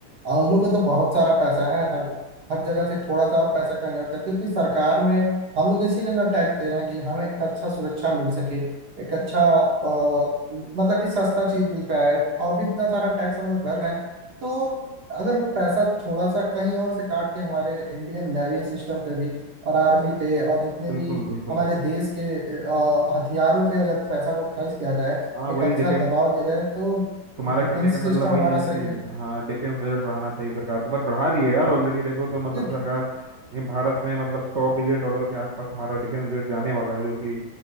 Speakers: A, on the right; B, on the right.
A: और उन लोगों
B: हम्म
A: को तो बहुत सारा पैसा है हर हर जगह से थोड़ा सा और पैसा कहीं और करती क्योंकि सरकार में हम लोग इसीलिए ना टैक्स दे रहे हैं कि हमें एक अच्छा सुरक्षा मिल सके एक अच्छा अ, मतलब कि सस्ता चीज मिल पाए और भी इतना सारा टैक्स हम लोग भर रहे हैं तो अगर वो पैसा थोड़ा सा कहीं और से काट के हमारे इंडियन नेवी सिस्टम पे भी और आर्मी पे और जितने
B: बिल्कुल
A: भी
B: बिल्कुल
A: हमारे देश के अ, हथियारों पे अगर पैसा को खर्च किया जाए
B: हाँ
A: एक
B: वही
A: अच्छा
B: डिफेंस
A: दबाव दिया जाए तो
B: तुम्हारे
A: डिफेंस
B: कहने का
A: सिस्टम
B: मतलब वही
A: हमारा
B: है कि
A: सही है
B: हाँ डिफेंस बजट बढ़ाना चाहिए सरकार को पर बढ़ा रही है यार ऑलरेडी देखो तो मतलब
A: क्योंकि
B: सरकार ये भारत में मतलब सौ बिलियन डॉलर के आसपास हमारा डिफेंस बजट जाने वाला है जो कि